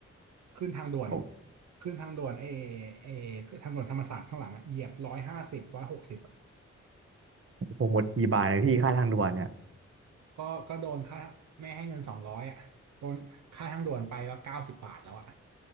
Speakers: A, on the right; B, on the right.
A: ขึ้นทางด่วน
B: โอ้
A: ขึ้นทางด่วนไอ้ไอ้ทางด่วนธรรมศาสตร์ข้างหลังอะเหยียบร้อยห้าสิบร้อยหกสิบ
B: คงหมดกี่บาทเลยพี่ค่าทางด่วนเนี่ย
A: ก็ก็โดนค่าแม่ให้เงินสองร้อยอ่ะโดนค่าทางด่วนไปก็เก้าสิบบาทแล้วอ่ะ